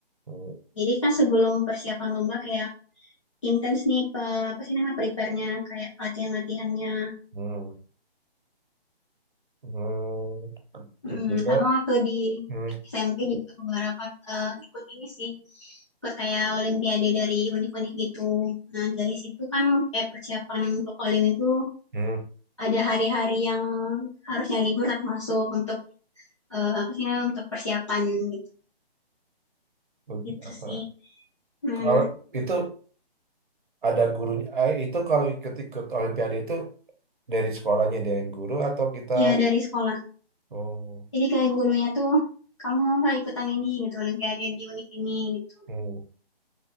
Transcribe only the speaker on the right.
Hmm,
hmm, hmm. Kira-kira,
hmm,
hmm,
uji
apa?
Kalau itu ada gurunya, eh, itu kalau ikut-ikut Olimpiade itu dari sekolahnya dengan guru atau kita,
oh,
hmm,